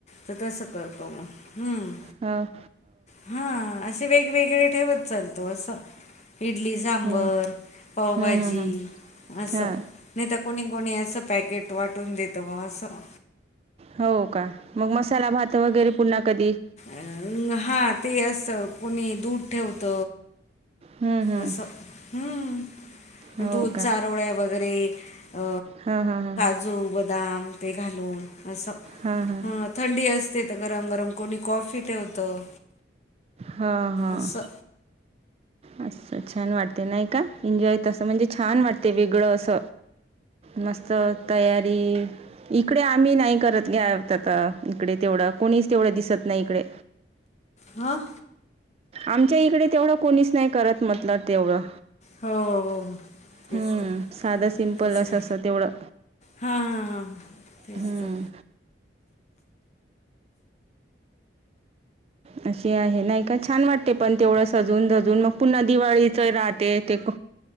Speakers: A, on the left (about 40°); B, on the right (about 35°).
A: त तस करतो म, हम्म.
B: ह.
A: हं, असे वेग-वेगळे ठेवत चालतो, अस. इडली सांबर,
B: हं
A: पावभाजी
B: हं हं हं
A: असं,
B: हां
A: नही त कोणी-कोणी, असं पॅकेट वाटून देत, ब असं.
B: हो का, मग मसाला भात वगैरे, पुन्हा कधी?
A: अ, हां, ते अस कोणी दूध, ठेवत.
B: हं हं
A: असं, हम्म
B: हो
A: दूध चारोळ वगैरे. अ,
B: हं हं हं.
A: काजू बदाम, ते घालून, अस
B: हां हां
A: हं थंडी असते, त गरम-गरम, कोणी कॉफी ठेवतं.
B: हं हं.
A: असं
B: असं छान वाटते नही का, एनजॉय तसं, म्हणजे छान वाटते, वेगळं अस. मस्त तयारी इकडे आम्ही नाही करत, घ्या आता इकडे, तेवढं कोणीच, तेवढं दिसत नाही इकडे.
A: अं?
B: आमच्या इकडे, तेवढं कोणीच नही करत, म्हटलं तेवढं.
A: हो हो हो हो तेच
B: हम्म,
A: तर
B: साधं सिम्पल,
A: त्याच्या
B: अस-अस तेवढं.
A: हां हां हां, तेच
B: हं,
A: त.
B: अशी आहे नाही का, छान वाटते पण तेवढं सजून सजून, मग पुन्हा दिवाळीच राहते ते